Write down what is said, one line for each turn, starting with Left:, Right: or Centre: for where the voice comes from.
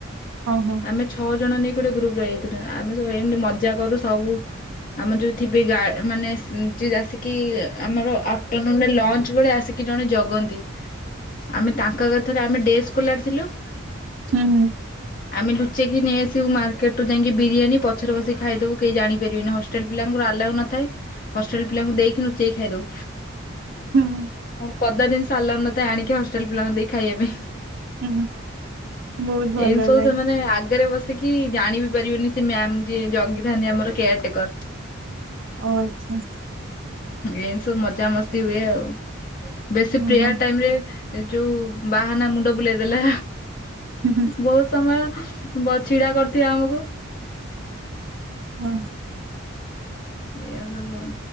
Right: ହଁ ହଁ।
Left: ଆମେ ଛଅ ଜଣ ନେଇକି ଗୋଟେ ଗ୍ରୁପରେ ରହିଯାଇଥିଲୁ ଆମେ ସବୁ ଏମିତି ମଜା କରୁ ସବୁ ଆମର ଯୋଉ ଥିବେ ଗା ମାନେ ଯେ ଆସିକିି ଆମର ଆଫ୍ଟରନୁନରେ ଲଞ୍ଚ ବେଳେ ଆସିକି ଜଣେ ଜଗନ୍ତି ଆମେ ତାଙ୍କ କଥାରେ ଆମେ ଡେସ୍ ସ୍କୋଲାର ଥିଲୁ
Right: ହୁଁ ହୁଁ।
Left: ଆମେ ଲୁଚେଇକି ନେଇଆସିବୁ ମାର୍କେଟରୁୁ ଯାଇକି ବିରିୟାନୀ ପଛରେ ବସି ଖାଇଦବୁ କେହି ଜାଣିପାରିବେନି ହ ହଷ୍ଟେଲ ପିଲାଙ୍କୁ ଆଲାଉ ନଥାଏ ହଷ୍ଟେଲ ପିଲାଙ୍କୁ ଦେଇକି ଲୁଚେଇ ଖାଇଦଉ।
Right: ହୁଁ ହୁଁ।
Left: ଆମର ପଦା ଜିନିଷ ଆଲାଉ ନଥାଏ ଆଣିକି ହଷ୍ଟେଲ ପିଲାଙ୍କୁ ଦେଇ ଖାଇବା ପାଇଁ।
Right: ହୁଁ ହୁଁ ବହୁତ ଭଲ
Left: ଏମିତି ସବୁ
Right: ଲାଗେ
Left: ସେମାନେ ଆ ଆଗରେ ବସିକି ଜାଣିବି ପାରିବେନି ସେ ମ୍ୟାମ୍ ଯିଏ ଜଗିଥାନ୍ତି ଆମର କେୟାରଟେକର।
Right: ଓ ଆଚ୍ଛା।
Left: ଏମିତି ସବୁ ମଜା ମସ୍ତି ହୁଏ ଆଉ ବେଶୀ
Right: ଓ
Left: ପ୍ରେୟାର
Right: ହୋ
Left: ଟାଇମରେ ଏ ଯୋଉ ବାହାନା ମୁଣ୍ଡ ବୁଲେଇ ଦେଲା
Right: ହୁଁ ହୁଁ
Left: ବହୁତ୍ ସମୟ ବ ଛିଡ଼ା କରିଥିବେ ଆମକୁ
Right: ହଁ।
Left: ଏଇଆ ସବୁ ଆଉ।